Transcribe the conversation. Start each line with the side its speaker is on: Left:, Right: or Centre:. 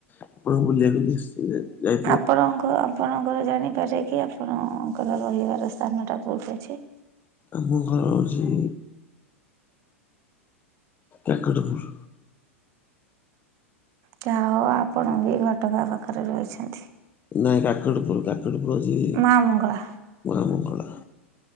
Left: ଆପଣ ବୁଲିବାକୁ ବି ଯା ଯାଇ
Right: ଆପଣଙ୍କ ଆପଣଙ୍କର ଜାଣିପାରେ କି ଆପଣଙ୍କର ରହିବାର ସ୍ଥାନ ଟା କୋଉଠି ଅଛି?
Left: ଆମ ଘର ହେଉଛି ମେକ ଟୁକୁୁର୍।
Right: ଯାହା ହେଉ ଆପଣ ବି ଘଟଗାଁ ପାଖରେ ରହିଛନ୍ତି।
Left: ନାଇଁ କାକଟପୁର କାକଟପୁର ଅଛି
Right: ମା ମଙ୍ଗଳା
Left: ମା ମଙ୍ଗଳା।